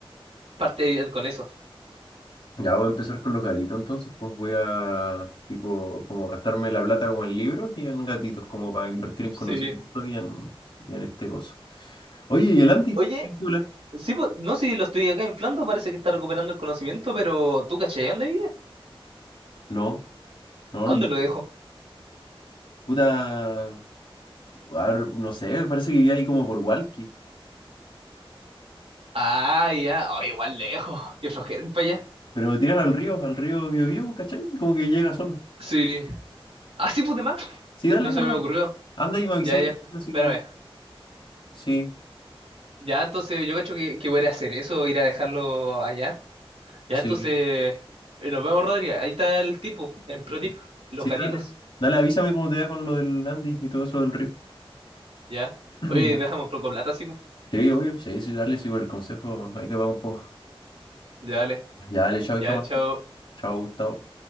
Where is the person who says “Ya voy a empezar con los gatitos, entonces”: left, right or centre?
Left